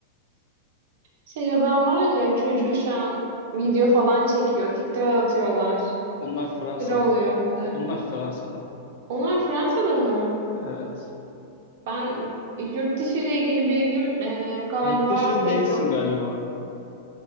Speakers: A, on the right (about 60°); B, on the left (about 60°).
A: Şey adam var ya çocuğu şu an video falan çekiyor. TikTok'a atıyorlar.
B: Onlar Fransa'da.
A: Sıra oluyor önünde.
B: Onlar Fransa'da.
A: Onlar Fransa'da mı?
B: Evet.
A: Ben yurt dışı ile ilgili bilgim e, galiba
B: Yurttaşıl
A: pek
B: değilsin
A: yok.
B: galiba.